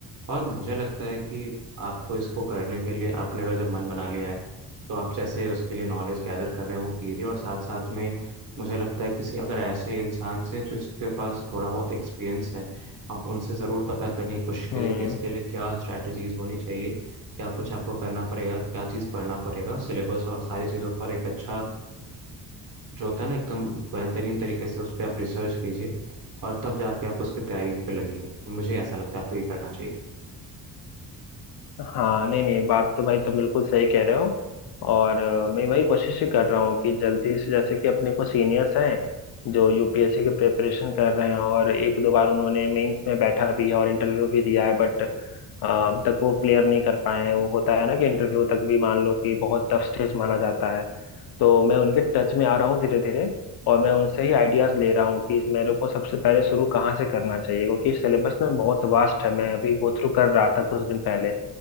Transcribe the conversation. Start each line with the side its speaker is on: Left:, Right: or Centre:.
Right: और मुझे लगता है कि आपको इसको करने के लिए आपने अगर जब मन बना लिया है तो आप जैसे उसके लिए नॉलेज गैदर कर रहे हैं वो कीजिए और साथ साथ में मुझे लगता है किसी अगर ऐसे इंसान से जो इसके पास थोड़ा बहुत एक्सपीरियंस है आप उनसे ज़रूर पता करने की कोशिश
Left: हम्म
Right: करिए कि इसके लिए क्या स्ट्रैटेजीज होनी चाहिए क्या कुछ आपको करना पड़ेगा क्या चीज़ पढ़ना पड़ेगा सिलेबस और सारी चीज़ों पर एक अच्छा अ, जो होता है ना एकदम बेहतरीन तरीके से उस पर आप रिसर्च कीजिए और तब जाके आप उसकी तैयारी पे लगिए मुझे ऐसा लगता है आपको ये करना चाहिए
Left: हाँ नहीं नहीं बात तो भाई तुम बिल्कुल सही कह रहे हो और अ, मैं वही कोशिश ही कर रहा हूँ कि जल्दी से जैसे कि अपने को सीनियर्स हैं जो यूपीएससी की प्रिपरेशन कर रहे हैं और एक दो बार उन्होंने मेंस में बैठा भी है और इंटरव्यू भी दिया है बट अब तक वो क्लियर नहीं कर पाए हैं वो होता है ना कि इंटरव्यू तक भी मान लो कि बहुत टफ स्टेज माना जाता है तो मैं उनके टच में आ रहा हूँ धीरे धीरे और मैं उनसे ही आइडियाज ले रहा हूँ कि मेरे को सबसे पहले शुरू कहाँ से करना चाहिए क्योंकि सिलेबस ना बहुत वास्ट है मैं अभी गो थ्रू कर रहा था कुछ दिन पहले